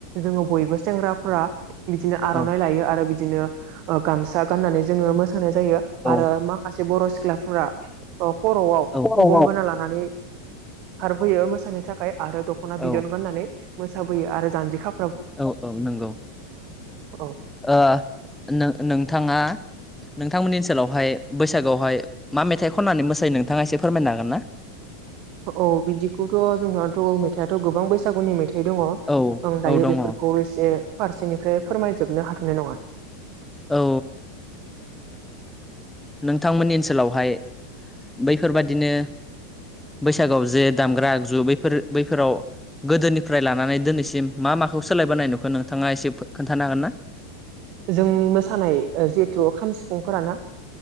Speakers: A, on the right; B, in the centre.
A: जोंङो बयबो सेंग्राफोरा बिदिनो आर'नाइ
B: औ
A: लायो आरो बिदिनो गामसा गाननानै जोंङो मोसा नाय जायो
B: औ
A: आरो माखासे बर' सिख्लाफोरा ओ खर'आव
B: औ
A: गगं गोना लानानै फैयो मोसानो थाखाय आरो दख'ना
B: औ
A: बिदन गाननानै मोसाबोयो आरो जानजि खा
B: औ औ नंगौ
A: औ
B: ओ नों-नोंथाङा नोंथांमोननि ओनसोलावहाय बैसागोआवहाय मा मेथाइ खननानै मोसायो नोंथाङा एसे फोरमायनो हागोन ना। <inaudible>
A: औ बिदिखौथ' जोंनियावथ' मेथाइआथ' गोबां बैसागुनि मेथाइ दङ आं
B: औ
A: दायो
B: औ दङ
A: बेफोरखौ
B: औ
A: इसे फारसेनिफ्राय फोरमायजोबनो हाथ'नाय नंङा
B: औ ओ नोंथांमोननि ओनसोलावहाय बैफोरबादिनो बैसागोयाव जे दामग्रा आगजु बैफोर बैफोराव गोदोनिफ्राय लानानै दिनैसिम मा माखौ सोलायबोनाय नुखौ नोंथाङा एसे खोन्थानो हागोन ना? <inaudible>
A: जोंनि मोसानाय जिहेथु खाम सिफुंफोराना